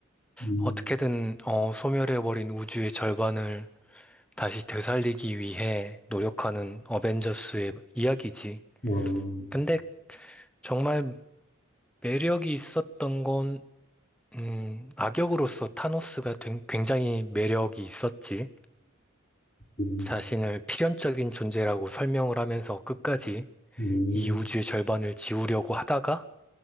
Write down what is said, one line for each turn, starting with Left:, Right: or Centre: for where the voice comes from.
Left: 음,
Centre: 어떻게든 어, 소멸해버린 우주의 절반을 다시 되살리기 위해 노력하는 어벤져스의 이야기지.
Left: 어, 음,
Centre: 근데 정말 매력이 있었던 건 음, 악역으로서 타노스가 된- 굉장히 매력이 있었지.
Left: 음,
Centre: 자신을 필연적인 존재라고 설명을 하면서 끝까지
Left: 음,
Centre: 이 우주의 절반을 지우려고 하다가